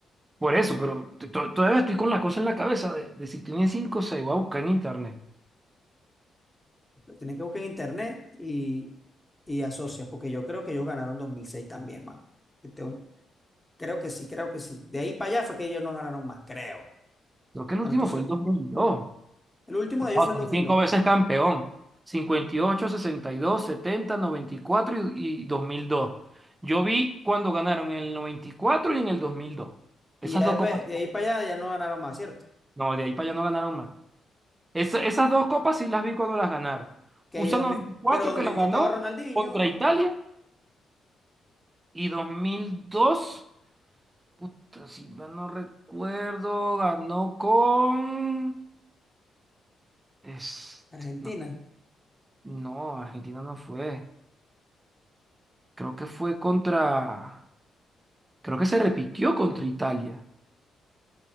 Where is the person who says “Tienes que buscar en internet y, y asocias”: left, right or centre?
Left